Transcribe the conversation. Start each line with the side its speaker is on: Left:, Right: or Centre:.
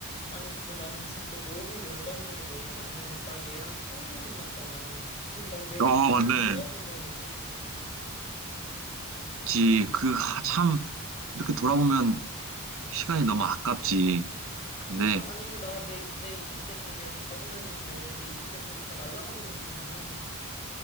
Left: 아니, 근데 나는 진짜 너무 열받는 게 뭐냐면은, 나 얘랑 10년 만났잖아. 그럼 나 내
Right: 아
Left: 10년은
Right: 맞네.
Left: 누가 보상해줘?
Right: 그치. 그, 아, 참, 이렇게 돌아보면 그 시간이 너무 아깝지. 근데,
Left: 그러니까, 아니, 나 내, 내 20대 그냥 얘랑 다 보냈는데, 내 20대 그냥 다 날라가 버린 기분이야.